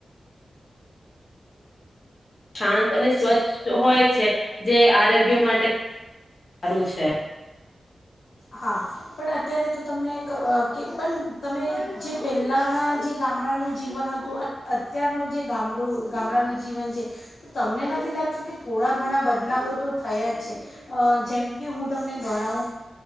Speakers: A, on the left; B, on the left.
A: શાંત અને સ્વચ્છ હોય. છે, જે આરોગ્ય માટે સારું છે.
B: હા, પણ અત્યારે તો તમને કે પણ તમે જે પહેલાંના જે ગામડાનું જીવન હતું અને અત્યારનું જે ગામડું ગામડાનું જીવન છે, તો તમને લગતું કે થોડા બદલાવો તો થયા જ છે, જેમ કે હું તમને ગણાવુ.